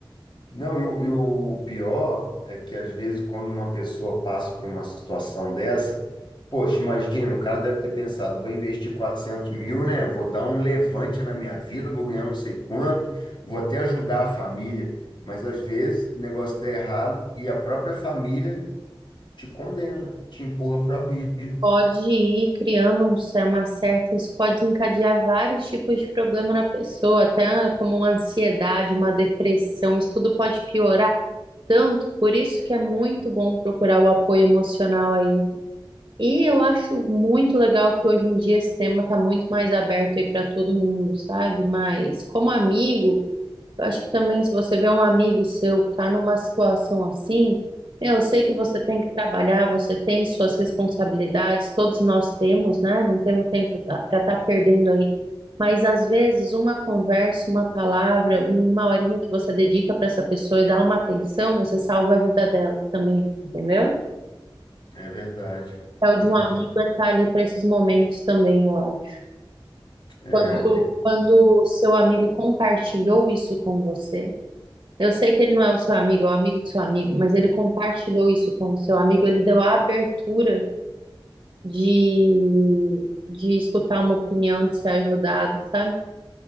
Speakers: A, on the left (about 55°); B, on the right (about 45°).
A: Não, e o, e o pior é que às vezes quando uma pessoa passa por uma situação dessa, poxa, imagina, o cara deve ter pensado, vou investir 400 mil, né? Vou dar um levante na minha vida, vou ganhar não sei quanto, vou até ajudar a família. Mas às vezes o negócio dá errado e a própria família te condena, te empurra para o abismo.
B: Pode ir criando um, cer- uma certa, isso pode desencadear vários tipos de problema na pessoa, até como uma ansiedade, uma depressão, isso tudo pode piorar tanto, por isso que é muito bom procurar o apoio emocional aí. E eu acho muito legal que hoje em dia esse tema está muito mais aberto aí para todo mundo, sabe? Mas como amigo, eu acho que também se você vê um amigo seu que está numa situação assim, eu sei que você tem que trabalhar, você tem suas responsabilidades, todos nós temos, né? Não temos tempo para estar perdendo aí. Mas às vezes uma conversa, uma palavra, uma horinha que você dedica para essa pessoa e dá uma atenção, você salva a vida dela também, entendeu?
A: É verdade,
B: É o
A: é verdade.
B: de um amigo é estar ali para esses momentos também, eu acho.
A: É,
B: Quando, quando o seu amigo compartilhou isso com você, eu sei que ele não é o seu amigo, é o amigo do seu amigo, mas ele compartilhou isso com o seu amigo, ele deu a abertura de, de escutar uma opinião, de ser ajudado, sabe?